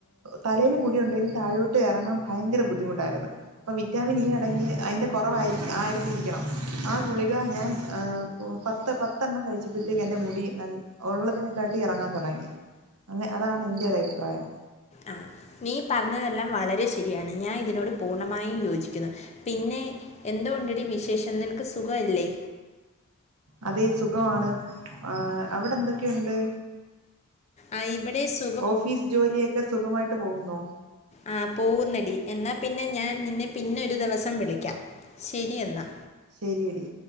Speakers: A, on the right (about 80°); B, on the left (about 30°).
A: തലേൽ മുടി ഉണ്ടേലും താഴോട്ട് എറങ്ങാം ഭയങ്കര ബുദ്ധിമുട്ടാ ര്ന്ന് പ്പം വിറ്റാമിൻ ഈ അടങ്ങി അയ്ന്റെ കൊറവായി ആയിരുന്നിരിക്കണം ആഹ് ഗുളിക ഞാൻ പത്ത് പത്തണ്ണം കഴിച്ചപ്പഴ്ത്തേക്ക് എന്റെ മുടി നൽ ഉള്ളതിനെക്കാട്ടി എറങ്ങാതൊടങ്ങി അങ്ങ് അതാണ് എന്റെ ഒരയിപ്രായം
B: ആഹ് നീ പർഞ്ഞതെല്ലാം വളരെ ശരിയാണ് ഞാൻ ഇതിനോട് പൂർണ്ണമായ് യോജിക്കുന്നു പിന്നെ എന്തോണ്ടെടി വിശേഷം നിൻക്ക് സുഖൊല്ലേ
A: അതെ സുഖവാണ് ആഹ് അവ്ടെ എന്തൊക്കെയുണ്ട്
B: ആഹ് ഇവിടെ സ്റ്റ്
A: ഓഫീസ് ജോലിയക്കെ സുഖമായിട്ട് പോകുന്നോ
B: ആഹ് പോകുന്നടി എന്നാപിന്നെ ഞാൻ നിന്നെ പിന്നൊരു ദിവസം വിളിക്യ ശരി എന്നാ
A: ശരിയടി